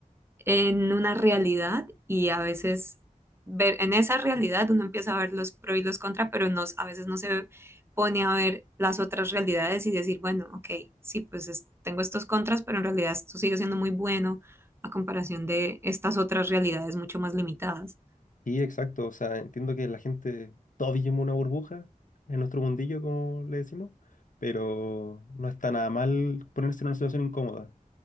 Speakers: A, on the right; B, on the left.
A: en una realidad y a veces ver en esa realidad uno empieza a ver los pro y los contra, pero no, a veces no se pone a ver las otras realidades y decir, bueno, ok, sí, pues es- tengo estos contras, pero en realidad esto sigue siendo muy bueno a comparación de estas otras realidades mucho más limitadas.
B: Sí, exacto, o sea, entiendo que la gente, todos vivimos una burbuja en nuestro mundillo, como le decimos, pero no está nada mal ponerse en una situación incómoda.